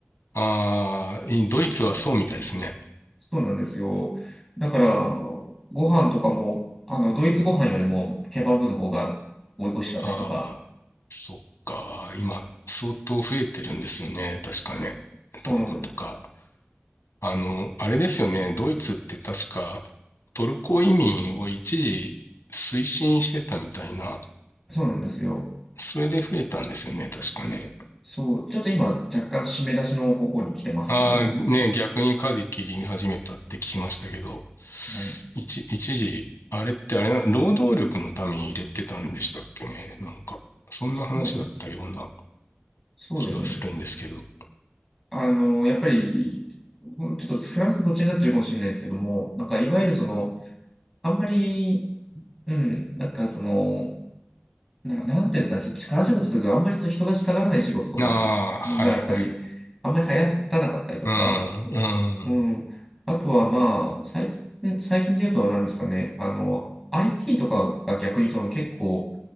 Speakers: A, on the left (about 85°); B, in the centre.
A: あ、ああ、いドイツはそうみたいですね。
B: そうなんですよ。だから、ご飯とかも、あの、ドイツご飯よりもケバブの方が美味しかったりとか。
A: あそっか。今、相当増えてるんですよね。確かね。
B: そうなんです。
A: トルコとか。あの、あれですよね。ドイツって確かトルコ移民を一時推進してたみたいな。
B: そうなんですよ。
A: それで増えたんですよね。確かね。
B: そう、ちょっと今、若干締め出しの方向に来てますけど、
A: ああ、ね、逆にカジキ見始めたって聞きましたけど。
B: はい。
A: 一、一時、あれってあれな、労働力のために入れてたんでしたっけね。なんか、そんな話だったような
B: そうだと思うそうですね。
A: 気はするんですけど。
B: あの、やっぱり、うんちょっとフランスとこっちになってるかもしれないですけども、なんかいわゆるその、あんまり、うん、なんかその、な、なんていうんですかね、ちょっと力仕事というか、あんまりその人がしたがらない仕事とかが、
A: ああ、はいはいはい
B: やっぱり、あんまり流行らなかったりとか、
A: うん、うん、
B: うん、あとはまあ、最近、最近で言うと何ですかね、あの、IT とかが逆にその結構、